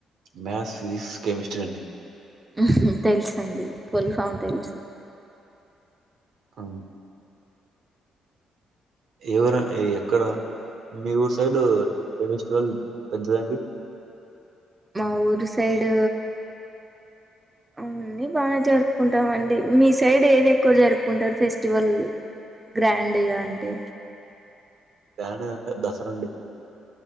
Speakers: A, on the right (about 65°); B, on the right (about 15°).
A: మ్యాథ్స్ ఫిజిక్స్ కెమిస్ట్రీ అండి
B: హ్మ్ హు తెలుసండి పుల్ ఫామ్ తెలుసు
A: అవును ఎవర ఎక్కడ మీ ఊరు సైడు ఏ పెస్టివల్ పెద్దదండి
B: మా ఊరి సైడు హ్మ్ అన్నీ బాగానే జరుపుకుంటామండి మీ సైడ్ ఏది ఎక్కువ జరుపుకుంటారు ఫెస్టివల్ గ్రాండ్ గా అంటే
A: గ్రాండ్ గా అంటే దసర అండి